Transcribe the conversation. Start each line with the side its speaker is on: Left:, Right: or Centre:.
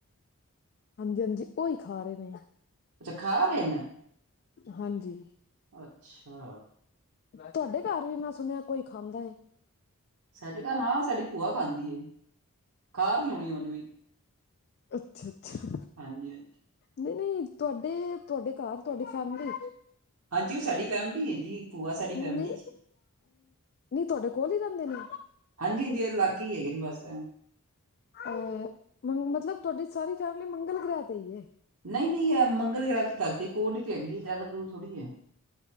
Left: ਹਾਂਜੀ-ਹਾਂਜੀ ਉਹੀ ਖਾ ਰਹੇ ਨੇ।
Right: ਅੱਛਾ ਖਾ ਰਹੇ ਨੇ।
Left: ਹਾਂਜੀ
Right: ਅੱਛਾ।
Left: ਤੁਹਾਡੇ ਘਰ ਵੀ ਮੈਂ ਸੁਣਿਆ, ਕੋਈ ਖਾਂਦਾ ਹੈ?
Right: ਸਾਡੇ ਘਰ ਹਾਂ, ਸਾਡੀ ਭੂਆ ਖਾਂਦੀਏ, ਖਾ ਰਹੀ ਆਉਣੀ ਉਹਨੂੰ ਵੀ
Left: ਅੱਛਾ-ਅੱਛਾ।
Right: ਹਾਂਜੀ-ਹਾਂਜੀ।
Left: ਨਹੀਂ-ਨਹੀਂ, ਤੁਹਾਡੇ, ਤੁਹਾਡੇ ਘਰ, ਤੁਹਾਡੀ ਫੈਮਲੀ।
Right: ਹਾਂਜੀ ਉਹ ਸਾਡੀ ਫੈਮਿਲੀ ਹੈ ਜੀ ਭੂਆ ਸਾਡੀ ਫੈਮਿਲੀ
Left: ਨਹੀਂ,
Right: ਚ
Left: ਨਹੀਂ ਤੁਹਾਡੇ ਕੋਲ ਹੀ ਰਹਿੰਦੇ ਨੇ?
Right: ਹਾਂਜੀ-ਹਾਂਜੀ, ਇਹ ਲਾਗੇ ਹੀ ਹੈਗੇ ਨੇ ਬਸ ਏ।
Left: ਅ, ਮਤਲਬ ਤੁਹਾਡੀ ਸਾਰੀ ਫੈਮਿਲੀ ਮੰਗਲ ਗ੍ਰਹਿ ਤੇ ਹੀ ਹੈ?
Right: ਨਹੀਂ-ਨਹੀਂ, ਇਹ ਮੰਗਲ ਗ੍ਰਹਿ ਤੇ ਤਰਤੀ ਕੋਲ ਹੀ ਤੇ ਹੈਗੀ ਹੈ। ਜ਼ਿਆਦਾ ਦੂਰ ਥੋੜ੍ਹੀ ਹੈ।